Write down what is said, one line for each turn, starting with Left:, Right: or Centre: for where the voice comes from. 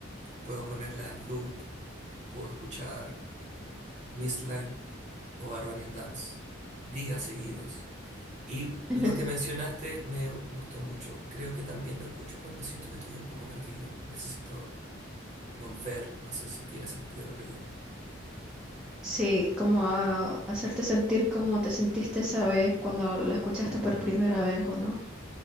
Right: puedo ponerla en loop puedo escuchar Miss Line o Barbarian Dance días seguidos. Y
Centre: <laughs>
Right: lo que mencionaste me gustó mucho. Creo que también lo escucho cuando siento que estoy un poco perdido. Necesito volver. No sé si tiene sentido lo que digo.
Centre: Sí, como a- hacerte sentir como te sentiste esa vez cuando la escuchaste por primera vez o no.